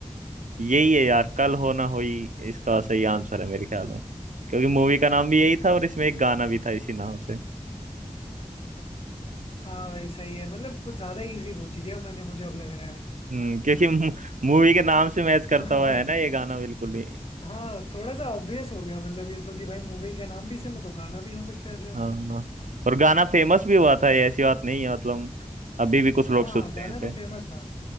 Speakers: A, on the right; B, on the left.
A: यही है यार कल हो ना हो ही इसका सही आंसर है मेरे ख्याल में क्योंकि मूवी का नाम भी यही था और इसमें एक गाना भी था इसी नाम से
B: हाँ भाई सही है मतलब कुछ ज्यादा इजी पूछ दिया मैंने मुझे अब लग रहा है
A: हम्म क्योंकि मूवी के नाम से मैच
B: <laughs>
A: करता
B: हाँ
A: हुआ है ना ये गाना बिल्कुल ही
B: हाँ थोड़ा सा ऑब्वियस हो गया मतलब ये तो कि भाई मूवी का नाम भी सेम है तो गाना भी हो सकता है
A: हाँ
B: सेम
A: और गाना फेमस भी हुआ था ये ऐसी बात नहीं है मतलब अभी भी कुछ
B: हाँ
A: लोग सुनते
B: हाँ गाना
A: हैं इसे
B: तो फेमस था